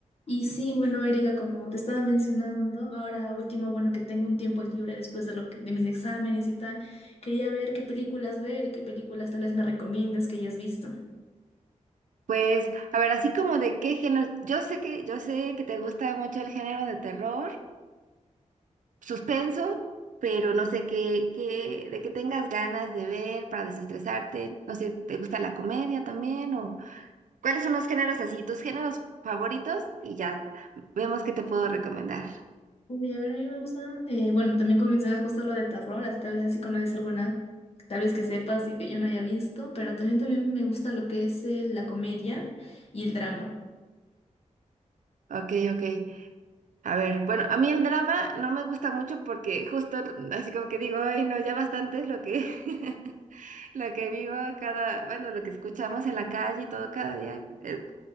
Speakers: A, on the left; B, on the right.
A: Y sí, bueno, Erika, como te estaba mencionando, ahora último, bueno, que tengo un tiempo libre después de lo que- de mis exámenes y tal, quería ver qué películas ver, qué películas tal vez me recomiendas que hayas visto.
B: Pues, a ver, así como de qué género, yo sé que, yo sé que te gusta mucho el género de terror, suspenso, pero no sé qué, qué, de qué tengas ganas de ver para desestresarte, no sé, ¿te gusta la comedia también? O cuáles son los géneros así, tus géneros favoritos, y ya vemos qué te puedo recomendar.
A: Uy, a ver, a mí me gusta, eh, bueno, también como mencionaba justo lo de terror, hasta tal vez así conoces alguna, tal vez que sepas y que yo no haya visto, pero también también me gusta lo que es eh, la comedia y el drama.
B: Ok, ok. A ver, bueno, a mí el drama no me gusta mucho porque justo así como que digo, ay, no, ya bastante es lo que, <laughs> lo que vivo cada, bueno, lo que escuchamos en la calle y todo cada día. eh,